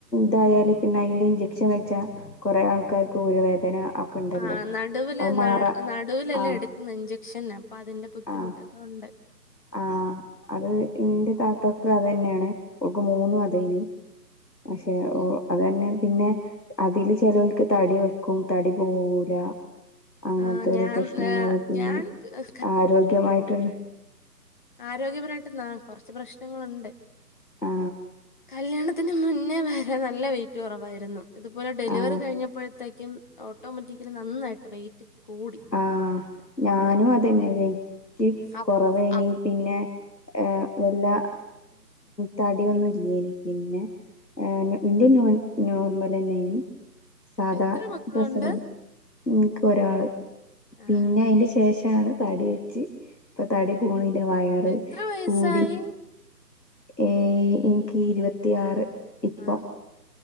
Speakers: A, on the left; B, on the left.
A: തായാൽ പിന്നെ അയ്ന്ന് ഇഞ്ചക്ഷൻ വെച്ചാ കൊറേ ആൾക്കാര്ക്ക് ഊരവേദന ഒക്കെ ഉണ്ടല്ലോ
B: ആ നടുവില്
A: അത്
B: ന
A: മാറാ
B: നടുവിലല്ലേ
A: ആ
B: എട്ക്ക്ന്നെ ഇഞ്ചക്ഷന്ന് അപ്പൊ അതിന്റെ ബുദ്ധിമുട്ടൊക്കെ
A: ആ
B: ഒണ്ട്
A: ആ അത് ഇന്റെ താത്താക്കും അതന്നേണ് ഓൾക്ക് മൂന്നും അതേനി പക്ഷെ
B: ഉം
A: ഓ അതന്നെ പിന്നെ അതില് ചെലാേൽക്ക് തടി വെക്കും തടി പോവൂല അങ്ങൻത്താേരാേ
B: ആഹ് ഞാൻ
A: പ്രശ്നങ്ങള്
B: ഏഹ്
A: പിന്നെ
B: ഞാൻ ക-
A: ആരോഗ്യമായിട്ട്ള്ള
B: ആരോഗ്യപരമായിട്ട്ന്നാ കൊർച്ച് പ്രശ്നങ്ങളുണ്ട്
A: ആ
B: കല്യാണത്തിന് മുന്നേ വരെ നല്ല വെയിറ്റ് കൊറവായിര്ന്നു ഇതുപോലെ ഡെലിവറി
A: ആ
B: കഴിഞ്ഞപ്പഴെ ത്തേക്കും ഓട്ടോമാറ്റിക്കലി നന്നായിട്ട് വെയിറ്റ് കൂടി.
A: ആ ഞാനും
B: ആഹ്
A: അതന്നെ വെയ്റ്റ്
B: അപ്
A: കൊറവേനി
B: അപ്
A: പിന്നെ ഏ വല്ലാ തടിയൊന്നും ഇല്ലേനി പിന്നെ ഏ ഇന്റെ നോ നോർമലെന്നേനി സാദാ
B: എത്ര മക്കളുണ്ട്?
A: പ്രസവൻ ഇൻക്ക് ഒരാള് പിന്നെ
B: ആഹാ
A: അയ്ൻ്റെ ശേഷാണ് തടി വെച്ച് ഇപ്പൊ തടി പോണ് ന്നെ വയറ്
B: എത്ര വയസ്സായി?
A: കൂടി ഏ ഇൻക്ക് ഇരുപത്തിയാറ് ഇപ്പം
B: ആഹ്